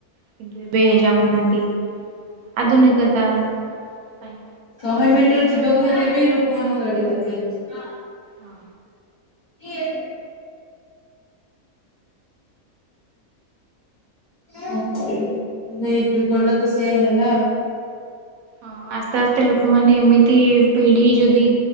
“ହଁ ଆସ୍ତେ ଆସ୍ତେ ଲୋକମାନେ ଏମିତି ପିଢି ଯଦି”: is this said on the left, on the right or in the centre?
Right